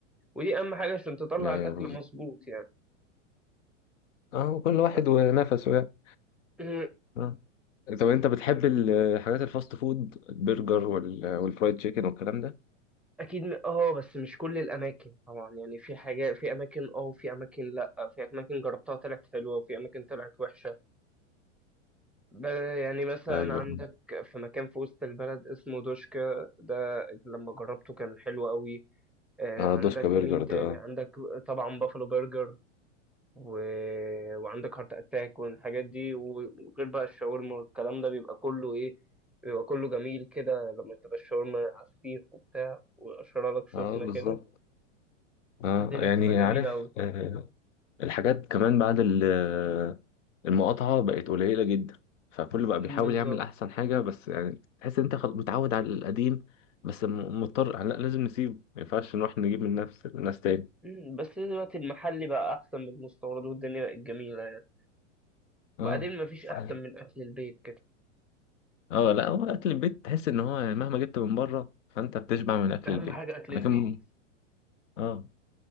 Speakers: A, in the centre; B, on the left.
A: ودي اهم حاجه عشان تطلع
B: يعني
A: الاكل مظبوط يعني
B: اه كل واحد
A: ب-
B: ونفسه يعني
A: <clears throat>
B: اه طب انت بتحب الحاجات الفاست فود البرجر وال- والفرايد تشيكن والكلام ده
A: اكيد م- اه بس مش كل الاماكن طبعا يعني في حاجات في اماكن اه وفي اماكن لا في اماكن جربتها طلعت حلوه وفي اماكن طلعت وحشه ب- يعني مثلا
B: ايوه
A: عندك في مكان في وسط البلد اسمه دوشكا ده لما جربته كان حلو قوي آه،
B: اه
A: عندك
B: دوسكا برجر
A: مين
B: ده
A: تاني
B: اه
A: عندك طبعا بافلو برجر و... وعندك هارت اتاك والحاجات دي وغير بقى الشاورما والكلام ده بيبقى كله ايه بيبقى كله جميل كده لما تبقى الشاورما على السيخ وبتاع وقشرها لك سخنة
B: اه بالظبط
A: كده
B: اه
A: الدنيا
B: يعني
A: بتبقى جميلة
B: عارف
A: أوي
B: آه، الحاجات كمان بعد ال- المقاطعة بقت قليلة جدا فكله بقى
A: أمم،
B: بيحاول
A: بالظبط
B: يعمل أحسن حاجة بس يعني تحس إن أنت خل- متعود على القديم بس م- مضطر لا لازم نسيبه ما ينفعش نروح نجيب من نفس الناس تاني
A: أمم، بس دلوقتي المحلي بقى أحسن من المستورد والدنيا بقت جميلة يعني
B: اه
A: وبعدين مفيش
B: صحيح.
A: أحسن من أكل البيت كده
B: اه لا هو أكل البيت تحس إن هو يعني مهما جبت من بره فأنت بتشبع من أكل
A: أهم
B: البيت
A: حاجة أكل
B: لكن
A: البيت
B: اه